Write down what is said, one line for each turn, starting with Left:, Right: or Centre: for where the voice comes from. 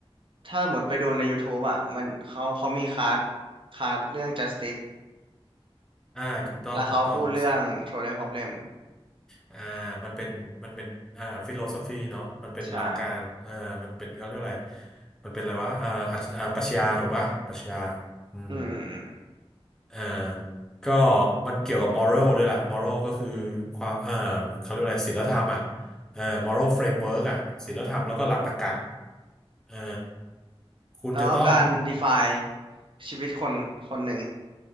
Right: ถ้าหมดไปดูใน YouTube อ่ะมันเขาเขามีคลาสคลาสเรื่อง Justice
Centre: อ่าถูกต้อง
Right: แล้วเขาพูดเรื่อง
Centre: ถูกต้อง
Right: Trolley Problem
Centre: อ่ามันเป็นมันเป็นอ่าฟิโลโซฟีเนาะมันเป็นหลักการอ่ามันเป็นเขาเรียกอะไร
Right: ใช่
Centre: มันเป็นอะไรวะอ่าอัจอ่าปรัชญาถูกป่ะปรัชญาอืม
Right: อืมอืมอืม
Centre: อ่าก็มันเกี่ยวกับมอร a l ด้วยแหละมอรัลก็คือความเอ่อเขาเรียกว่าอะไรศีลธรรมอ่ะเอ่อมอรัลเฟรมเวิร์กอ่ะศีลธรรมแล้วก็หลักตรรกะเอ่อคุณจะต้อง
Right: แล้วก็การ define ชีวิตคนคนหนึ่ง